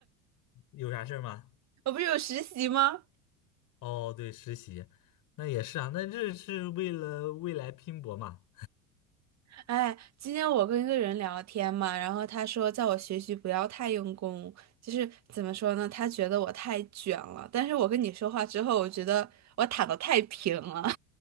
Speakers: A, on the left; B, on the right.
A: 有啥事儿吗？
B: <laughs> 我不是有实习吗？
A: 哦，对，实习，那也是啊，那这是为了未来拼搏嘛。
B: 哎，今天我跟一个人聊天嘛，然后他说叫我学习不要太用功，就是怎么说呢？他觉得我太卷了，但是我跟你说话之后，我觉得我躺的太平了。